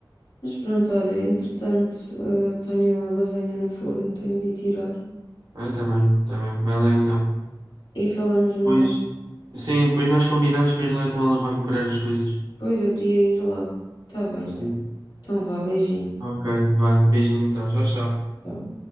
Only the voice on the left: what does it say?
Mas pronto, olha, entretanto, eh, tenho a lasanha no forno, tenho de ir tirar.
E falamos melhor.
Pois eu queria ir lá. Tá bem.
Então vá, beijinho.
Tchau.